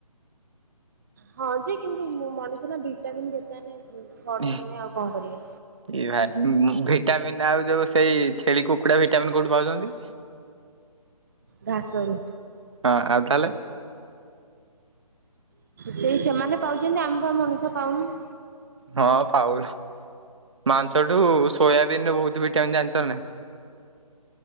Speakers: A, on the right; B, on the right.
A: ହଁ ଯେ କିନ୍ତୁ ମୁଁ ମଣିଷ ନା ଭିଟାମିନ୍। <unintelligible>
B: ଏ
A: ହେଲେ ଆଉ କଣ କରିବା
B: ଭାଇ ଭିଟାମି ନ୍ ଆଉ ଯୋଉ ସେଇ ଛେଳି କୁକୁଡା ଭିଟାମିନ୍ କୋଉଠି ପାଉଛନ୍ତି?
A: ଘାସରୁ।
B: ହଁ ଆଉ ତାହେଲେ।
A: ସେଇ ସେମାନେ ପାଉଛନ୍ତି ଆମ ବା ମଣିଷ ପାଉନୁ।
B: ହଁ ପାଉନ। ମାଂସଠୁ ସୋୟାବିନ ରେ ବହୁତ ଭିଟାମିନ ଜାଣିଚ ନା ନାଇଁ।